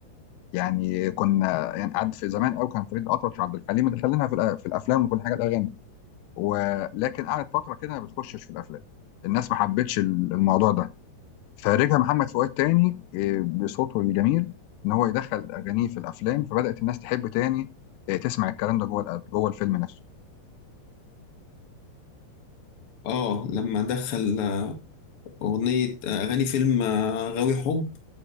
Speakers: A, on the left; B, on the left.
A: يعني كنا يعني قعد في زمان قوي كان فريد الاطرش وعبد الحليم مدخلينها في الأ- في الافلام وكل حاجه الاغاني ولكن قعد فتره كده ما بتخشش في الافلام الناس ما حبتش ال- الموضوع ده فرجع محمد فؤاد تاني آه، بصوته الجميل ان هو يدخل اغانيه في الافلام فبدات الناس تحب تاني آه، تسمع الكلام ده جوه الأ- جوه الفيلم نفسه
B: اه لما دخل آه، اغنيه آه، اغاني فيلم آه، غاوي حب